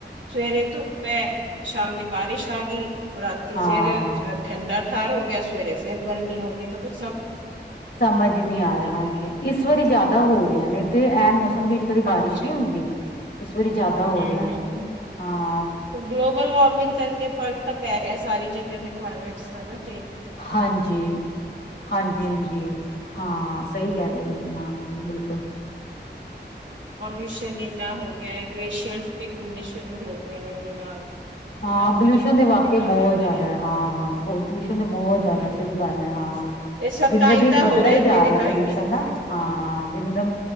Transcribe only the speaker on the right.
ਸਵੇਰੇ ਤੁਪੇ ਸ਼ਾਮੀ ਬਾਰੀਿਸ਼ ਆਗੀ ਰਾਤ
ਫੇਰ ਠੰਡਾ ਠਾਰ ਹੋ ਗਿਆ ਸੀ ਸਵੇਰੇ ਸਿਰ ਗਰਮੀ ਹੋਗੀ ਤਾਂ ਕੁਛ
ਕਰੀਏ
ਹੂੰ
ਹਾਂਜੀ
ਹੂੰ
ਹੂੰ ਹੂੰ
ਗਲੋਬਲ ਵਾਰਮਿੰਗ ਕਰਕੇ ਫ਼ਰਕ ਤਾਂ ਪੈ ਰਿਹਾ ਸਾਰੀ ਜਗ੍ਹਾ ਦੇਖਵਾਣਾ ਚੇਂ
ਵਿੱਚ
ਪੋਲੂਸ਼ਨ ਇਨਾ ਹੋ ਗਿਆ ਗਲੇਸ਼ੀਅਰ ਵੀ ਘੁਲਣੇ ਵੀ ਸ਼ੁਰੂ ਹੋ ਗਏ ਨੇ ਇਹਦੇ ਨਾਲ ਫ਼ਰਕ
ਤਾਂ ਬਹੁਤ
ਹੀ
ਪੈ
ਰਿਹਾ।
ਹੂੰ,
ਇਹ ਸਭ
ਤਾਂ
ਹੀ
ਤਾਂ
ਹੋ
ਤੇ
ਇਹਦੇ
ਤਾਂ
ਹੀ ਸਭ
ਹੈ।